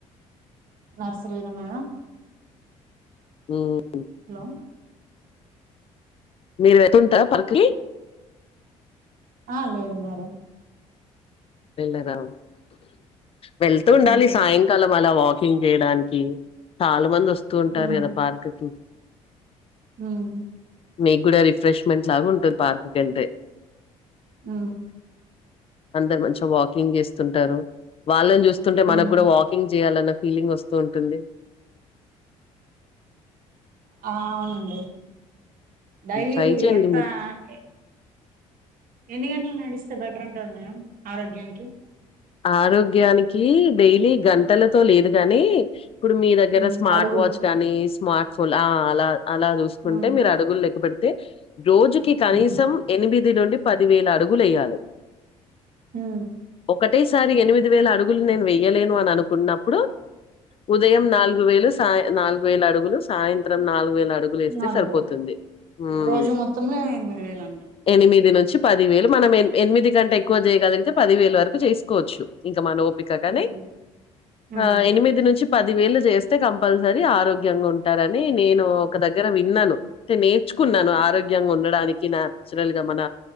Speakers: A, on the right; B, on the left.
A: నర్సరినా మేడం
B: ఉహ్
A: హలో
B: మీరు వెతుంటారా పర్కరి
A: ఆ లేదు మేడం.
B: వేలదా వెళ్తూ ఉండాలి
A: ఉమ్
B: సాయిన్ సలమల వాకింగ్ జేయడానికి చాలా మంది వస్త్ తూంటార్గదా
A: ఉమ్
B: పార్కుకి
A: ఉమ్
B: మీక్గూడా రిఫ్రెష్మెంట్ లాగున్టది పార్క్కెళ్తే
A: ఉ
B: అందర్ మంచిగా వాకింగ్ చేస్తుంటారు వాళ్లని చూస్స్తుంటే మనక్గూడా
A: ఉమ్
B: వాకి టింగ్ చేయాలన్న ఫీలింగ్ వస్తూ ఉంటుంది
A: ఆ అవునండి డైలీ
B: ట్రై చేయండి
A: ఎంత
B: మీరు
A: ఏ ఎన్ని గంటల్ నడిస్తే బెటరంటరూ మేడం ఆరోగ్యానికి
B: ఆరోగ్యానికి డైలీ గంటలతో లేదు గానీ ఇప్పుడు మీ దగ్గర
A: ఉమ్
B: స్మార్ట్
A: అడుగులు
B: వాచ్ కాని స్మార్ట్ ఫోన్లా ఆ అలా అలా జూస్కుంటే
A: ఉమ్
B: మీరు అడుగుల్లెక్క పెడితే రోజుకి కనీసం
A: ఉమ్
B: ఎనిమిది నుండి పది వేల అడుగులేయ్యాలె
A: హు
B: ఒకటేసారి ఎనిమిది వేల అడుగుల్నేన్ వెయ్యలేను అననుకున్నప్పుడు ఉదయం నాలుగు వేలు సాయ నాలుగు వేల అడుగులు సాయంత్రం నాలుగు వేల అడుగు లేస్తే
A: నాలుగు
B: సరిపోతుంది
A: వేలు
B: మ్
A: రోజు మొత్తంలో ఎనిమిది వేలు అంటారు
B: ఎనిమిది నుంచి పదివేలు, మనం ఎన్ ఎన్మిది కంటే ఎక్కువ జేయగలిగితే పదివేల్ వరకు జెస్. కోచ్చు ఇంకా మనోపికగనే
A: ఉమ్ ఉమ్
B: ఆ ఎనిమిది నుంచి పది వేలు చేస్. తే కంపల్సరీ ఆరోగ్యంగుంటారని నేను ఒక దగ్గర విన్నాను తె నేర్చుకున్నాను ఆరోగ్యంగుండడానికి న్యా చురల్గా మన